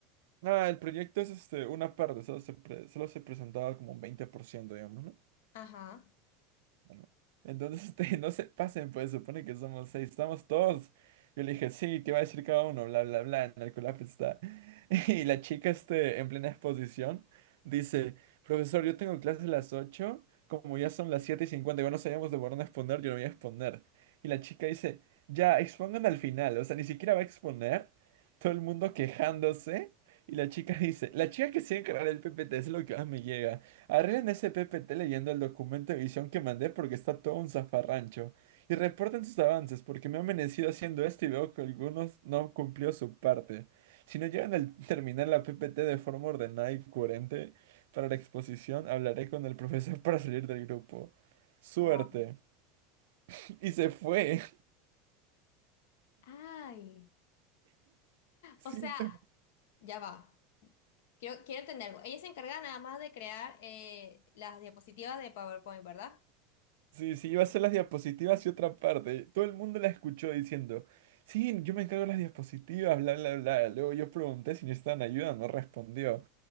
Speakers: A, on the right; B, on the left.
A: nada, el proyecto es este, una parte, solo se, pre- solo se presentaba como un 20% digamos, ¿no?
B: Ajá.
A: Bueno, Entonces, <laughs> este, no se pasen, pues supone que somos seis, estamos todos. Yo le dije, sí, ¿qué va a decir cada uno? Bla, bla, bla, en el colapso está. <laughs> Y la chica, este, en plena exposición, dice, profesor, yo tengo clase a las 8 como ya son las 7 y 50 igual no sabíamos de por dónde exponer, yo lo voy a exponer. Y la chica dice, ya, expongan al final, o sea, ni siquiera va a exponer, todo el mundo quejándose. Y la chica <laughs> dice, la chica que se encargará del PPT, t es lo que más me llega. Arreglen ese PPT leyendo el documento de visión que mandé porque está todo un zafarrancho. Y reporten sus avances porque me he amanecido haciendo esto y veo que algunos no han cumplido su parte. Si no llegan a terminar la PPT de forma ordenada y coherente para la exposición, hablaré con el profesor para salir del grupo. Suerte.
B: Wow.
A: <laughs> Y se fue.
B: Ay.
A: <laughs>
B: O sea,
A: Sí.
B: ya va. Quiero, quiero entender algo. Ella se encarga nada más de crear eh, las diapositivas de PowerPoint, ¿verdad?
A: Sí, sí, iba a hacer las diapositivas y otra parte. Todo el mundo la escuchó diciendo, sí, yo me encargo de las diapositivas, bla, bla, bla. Luego yo pregunté si necesitaban ayuda, no respondió.